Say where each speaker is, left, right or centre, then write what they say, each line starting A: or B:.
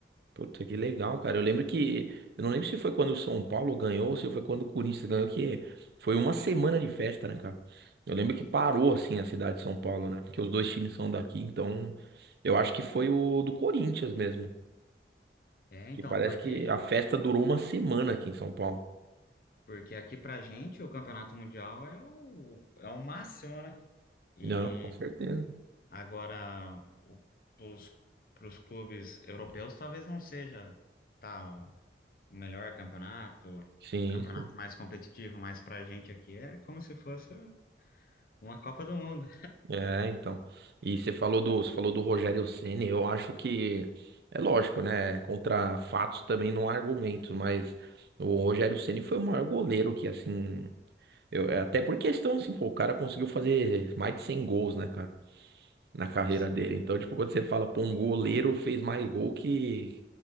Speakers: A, on the right; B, on the left.
A: Puta, que legal, cara. Eu lembro que. Eu não lembro se foi quando o São Paulo ganhou ou se foi quando o Corinthians ganhou, que foi uma semana de festa, né, cara? Eu lembro que parou, assim, a cidade de São Paulo, né? Porque os dois times são daqui, então. Eu acho que foi o do Corinthians mesmo.
B: É,
A: Que
B: então,
A: parece
B: porque
A: que a festa durou uma semana aqui em São Paulo.
B: Porque aqui pra gente o campeonato mundial é o, é o máximo, né? E
A: Não, com certeza.
B: agora o, pros, pros clubes europeus talvez não seja tal o melhor campeonato, o
A: Sim,
B: campeonato
A: sim.
B: mais competitivo, mas pra gente aqui é como se fosse uma Copa do Mundo.
A: É, então. E você falou do, você falou do Rogério Ceni, eu acho que é lógico, né? Contra fatos também não há argumento, mas o Rogério Ceni foi o maior goleiro que assim, eu, é, até por questão assim, pô, o cara conseguiu fazer mais de 100 gols, né, cara, na carreira
B: Sim.
A: dele. Então, tipo, quando você fala, pô, um goleiro fez mais gol que